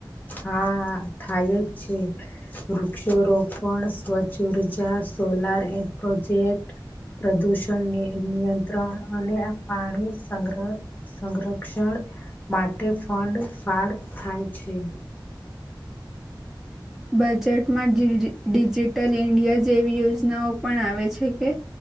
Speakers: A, on the left (about 20°); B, in the centre.
A: હા, થાય જ છે, વૃક્ષારોપણ, સ્વચઉર્જા સોલાર એ પ્રોજેક્ટ પ્રદૂષણ નિયંત્રણ અને પાણી સંગ્રહ-સંરક્ષણ માટે ફંડ ફાળ થાય છે.
B: બજેટમાં ડિજિટલ ઇન્ડિયા જેવી યોજનાઓ પણ આવે છે. કે?